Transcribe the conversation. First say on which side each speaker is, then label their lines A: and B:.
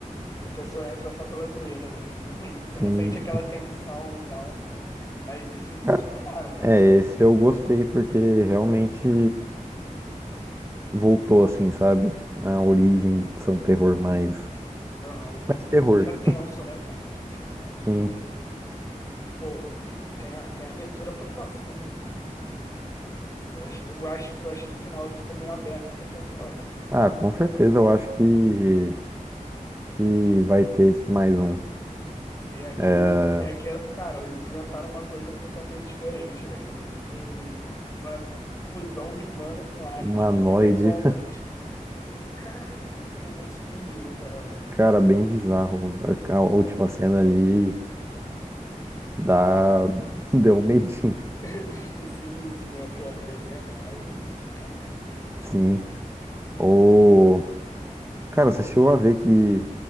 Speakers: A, on the left (about 25°); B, on the right (about 20°).
A: Porque a pessoa entra só pela zoeira, né? Você não, <laughs> você
B: sim.
A: não sente aquela tensão e tal. Mas esse eles
B: Cara,
A: superaram, cara,
B: É,
A: esse novo
B: esse
A: aí.
B: eu gostei porque realmente. voltou assim, sabe? Na origem de ser um terror mais,
A: Aham, que
B: mais
A: te
B: terror.
A: te deixa tenso, né, cara? Te deixa tenso o filme
B: Sim.
A: todo. E, pô, e tem, a- tem abertura pro próximo, né? Eu acho, que- eu acho, eu achei que o final ficou meio aberto pra ter um próximo.
B: Ah, com certeza eu acho que que vai ter mais um.
A: E é aquele,
B: É,
A: e é aquele, cara, eles inventaram uma coisa totalmente diferente, velho. Um, um, uma fusão de humano com alien,
B: humanoide,
A: tipo, aperfeiçoalmente. Eu, caraca, minha mente explodiu naquela hora
B: <laughs>
A: ali.
B: cara, bem bizarro. A, a última cena ali
A: Nossa.
B: dá <laughs> deu um medinho.
A: <laughs> Sinistro, né? Pô, a mulherzinha grávida, velho. Sacanagem, né?
B: Sim. O cara, você chegou a ver que